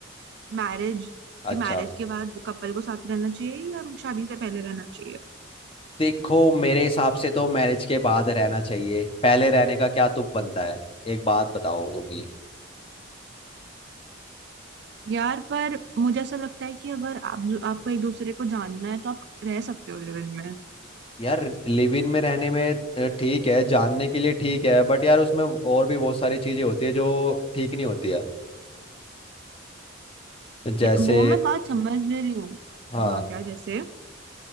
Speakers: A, on the right; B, on the left.
A: मैरिज
B: अच्छा
A: कि मैरिज के बाद कपल को साथ रहना चाहिए या शादी से पहले रहना चाहिए
B: देखो मेरे हिसाब से तो मैरिज के बाद रहना चाहिए पहले रहने का क्या तुक बनता है एक बात बताओ तुम ही
A: यार पर मुझे ऐसा लगता है कि अगर आप आपको एक दूसरे को जानना है तो आप रह सकते हो लिव इन में
B: यार लिव इन में रहने में अ, ठीक है जानने के लिए ठीक है बट यार उसमें और भी बहुत सारी चीजें होती है जो ठीक नहीं होती है जैसे
A: ये- वो मैं बात समझ ले रही हूँ
B: हाँ
A: हाँ क्या जैसे